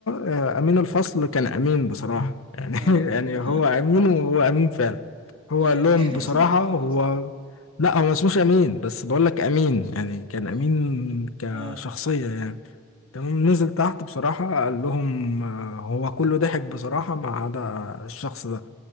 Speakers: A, on the left; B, on the right.
A: آه، امين الفصل كان امين بصراحه يعني
B: <laughs>
A: <laughs> يعني هو امين وهو امين فعلا هو
B: اه
A: قال لهم
B: كان
A: بصراحه
B: اسمه امين
A: هو
B: اصلا
A: لا هو ما اسموش امين بس بقول لك امين يعني كان
B: اه
A: امين كشخصيه
B: اه
A: يعني تمام نزل تحت بصراحه قال لهم آه، هو كله ضحك بصراحه ما عدا الشخص ده